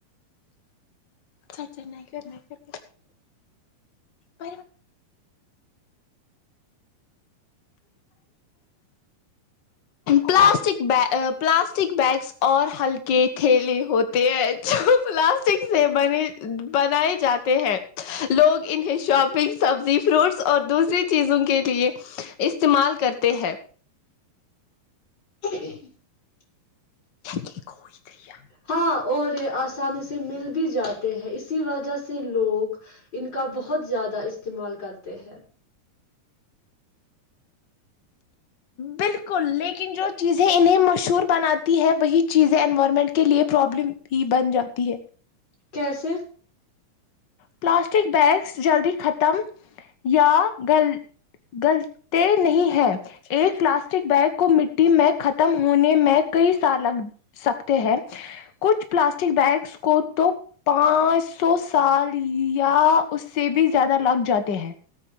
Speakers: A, on the left; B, on the left.
A: سڑ چنا کرنا کر <inaudible> پلاسٹک پلاسٹک بیگس اور ہلکے <inaudible> کھیلی ہوتی ہے جو پلاسٹک سے ب بنائے جاتے ہیں لوگ انہیں شاپنگ سبزی فروٹس اور دوسری چیزوں کے لیے استعمال کرتے ہیں <inaudible>
B: <inaudible>
A: کہ کوئی گیا <inaudible>
B: ہاں اور یہ آسانی سے مل بھی جاتے ہیں اسی وجہ سے لوگ ان کا بہت زیادہ استعمال کرتے ہیں <unintelligible>
A: بالکل لیکن جو چیزیں انہیں مشہور بناتی ہے وہی چیزیں انوائرمنٹ کے لیے پرابلم بھی بن جاتی ہے <unintelligible>
B: کیسے؟ <inaudible>
A: پلاسٹک بیگس جلدی ختم یا گل گلتے نہیں ہے ایک پلاسٹک بیگ کو مٹی میں ختم ہونے میں کئی سال لگ سکتے ہیں کچھ پلاسٹک بیگس کو تو پانچ سو سال <unintelligible> یا اس سے بھی زیادہ لگ جاتے ہیں <inaudible>